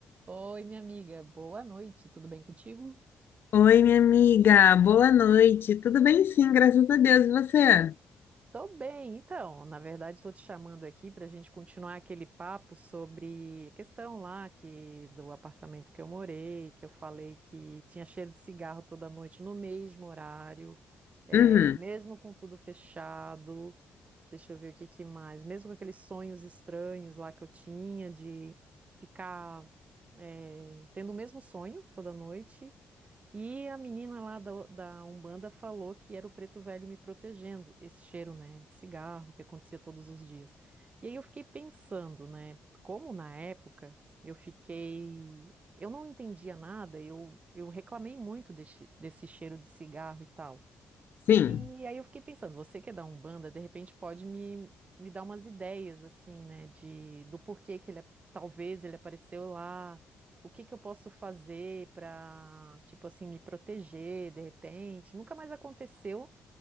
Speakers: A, on the right; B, on the left.
A: Oi, minha amiga, boa noite, tudo bem contigo?
B: Oi, minha amiga, boa noite. Tudo bem? Sim, graças a Deus. E você?
A: Tô bem, então, na verdade, estou te chamando aqui para a gente continuar aquele papo sobre a questão lá que do apartamento que eu morei, que eu falei que tinha cheiro de cigarro toda noite no mesmo horário, eh,
B: Uhum,
A: mesmo com tudo fechado. Deixa eu ver o que que mais, mesmo com aqueles sonhos estranhos lá que eu tinha de ficar, eh, tendo o mesmo sonho toda noite. E a menina lá da, da Umbanda falou que era o preto velho me protegendo, esse cheiro, né, de cigarro que acontecia todos os dias. E aí eu fiquei pensando, né, como na época eu fiquei, eu não entendia nada, eu, eu reclamei muito desse, desse cheiro de cigarro e tal.
B: sim.
A: E aí eu fiquei pensando, você que é da Umbanda, de repente pode me, me dar umas ideias, assim, né, de, do porquê que ele, é- talvez ele apareceu lá, o que que eu posso fazer pra, tipo assim, me proteger, de repente. Nunca mais aconteceu